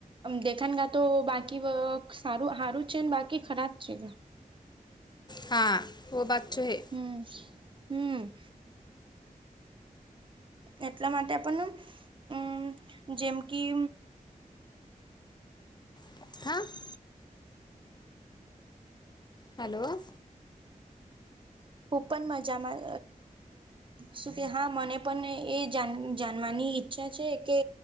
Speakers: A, on the right; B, on the left.
A: દેખન ગ તો બાકી વ સારું સારું છે બાકી ખરાબ છે
B: હા વ બાત તો‌ હૈ
A: હમ હમ એટલા માટે પણ અમ જેમકી
B: હા હલો
A: ખૂબ પણ મજામાં શું કે હા મને પણ એ જાણવાની ઈચ્છા છે કે